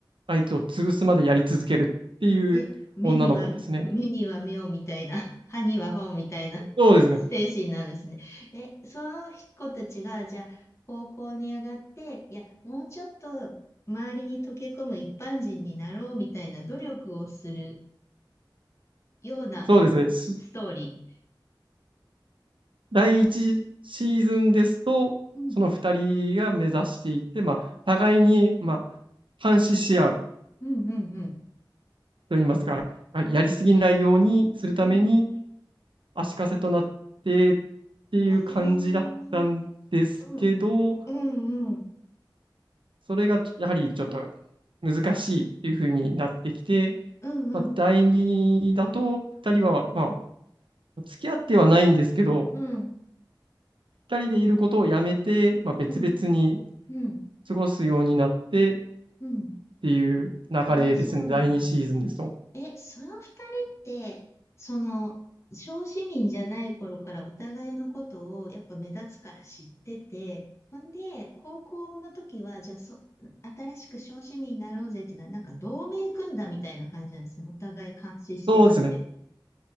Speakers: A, on the right; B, on the left.
A: 相手を潰すまでやり続けるっていう女の子ですね。
B: <laughs> 目、目には、目には目をみたいな、<laughs> 歯には歯をみたいな
A: そうですね。
B: <laughs> 精神なんですね。え、その子たちが、じゃあ、高校に上がって、いや、もうちょっと周りに溶け込む一般人になろうみたいな努力をするような
A: そうですね。す
B: ストーリ
A: 第一シーズンですと、
B: ー。うん、
A: その二人が目指していて、まあ、互いに、まあ、監視し合う
B: うん、うん、うん。
A: といいますか、あやりすぎないようにするために、
B: うん。
A: 足かせとなってっていう感じだったんですけど、
B: ああ、うん、うん、うん、
A: それがやはりちょっと難しいっていう風になってきて、
B: うん、うん、
A: まあ、第二だと、二人は、まあ、付き合ってはないんですけど、
B: うん、
A: 二人でいることをやめて、まあ、別々に
B: うん、うん、
A: 過ごすようになってっ
B: うん。
A: ていう流れですね、
B: ああ、そうなんだ。
A: 第二シーズンですと。
B: え、その二人って、その、小市民じゃない頃からお互いのことをやっぱ目立つから知ってて、ほんで、高校の時は、じゃあそ、新しく小市民になろうぜっていうのは、なんか同盟組んだみたいな感じなんですね。お互い監視してたって。
A: そうですね。